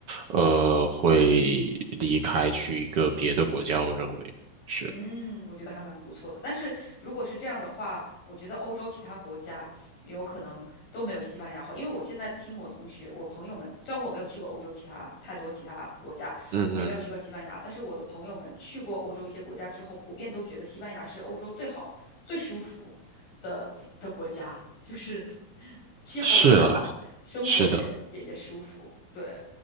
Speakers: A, on the right; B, on the left.
A: 呃会离开去一个别的国家，我认为是，
B: 嗯，我觉得还蛮不错的。但是如果是这样的话，我觉得欧洲其他国家有可能都没有西班牙好，因为我现在听我同学、我朋友们，虽然我没有去过欧洲其他太多其他国家，
A: 嗯嗯，
B: 也没有去过西班牙，但是我的朋友们去过欧洲一些国家之后，普遍都觉得西班牙是欧洲最好、最舒服的地的国家，就是 <laughs> 气候也好，
A: 是啊，
B: 生活也也也舒服。
A: 是的。
B: 对，